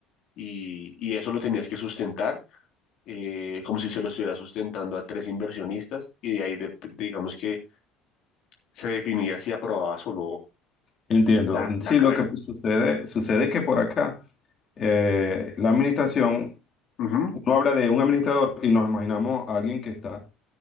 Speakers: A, on the left (about 60°); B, on the left (about 40°).
A: y, y eso lo tenías que sustentar, eh, como si se lo estuviera sustentando a tres inversionistas y de ahí, de- digamos que se definía si aprobabas o no
B: Entiendo.
A: la, la
B: Sí,
A: carrera.
B: lo que pues, sucede, sucede que por acá eh, la administración,
A: Ujú.
B: uno habla de un administrador y nos imaginamos a alguien que está